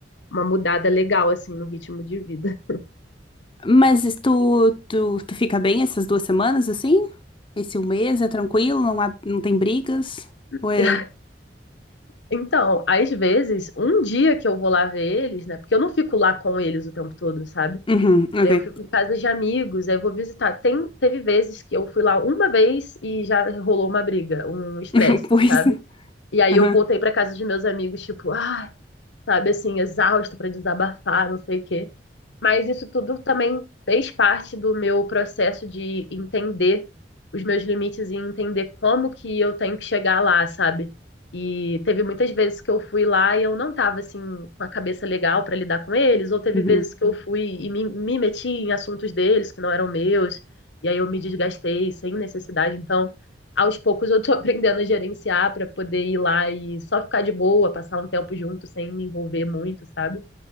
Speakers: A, on the left; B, on the left.
A: uma mudada legal assim no ritmo de vida.
B: Mas es- tu, tu, tu fica bem essas duas semanas, assim? Esse um mês é tranquilo, não há, não tem brigas?
A: <laughs>
B: Ou é...
A: Então, às vezes, um dia que eu vou lá ver eles, né? Porque eu não fico lá com eles o tempo todo, sabe?
B: Uhum, ok.
A: É, Eu fico em casa de amigos, aí eu vou visitar. Tem, teve vezes que eu fui lá uma vez e já rolou uma briga, um estresse,
B: <laughs> Pois.
A: sabe? E aí
B: Aham.
A: eu voltei para casa de meus amigos, tipo, ah, sabe, assim, exausta para desabafar, não sei o quê. Mas isso tudo também fez parte do meu processo de entender os meus limites e entender como que eu tenho que chegar lá, sabe? E teve muitas vezes que eu fui lá e eu não tava assim com a cabeça legal para lidar com eles, ou teve
B: Uhum.
A: vezes que eu fui e me, me meti em assuntos deles que não eram meus, e aí eu me desgastei sem necessidade. Então, aos poucos eu tô <laughs> aprendendo a gerenciar pra poder ir lá e só ficar de boa, passar um tempo junto sem me envolver muito, sabe?